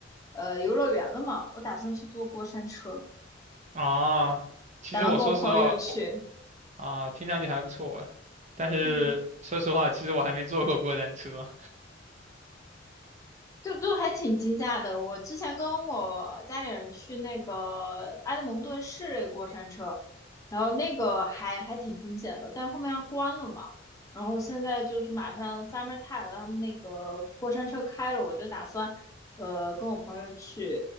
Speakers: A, on the left; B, on the right.
A: 呃游乐园了嘛，我打算去坐过山车，
B: 啊，其实我说实话，
A: 打算跟我朋友去。
B: 我啊，听上去还不错，但是说实话，
A: 嗯，
B: 其实我还没坐过过山车。
A: 就就还挺惊吓的。我之前跟我家里人去那个埃德蒙顿市内过山车，然后那个还还挺惊险的，但后面它关了嘛。然后现在就是马上 summer time 了，他们那个过山车开了，我就打算呃跟我朋友去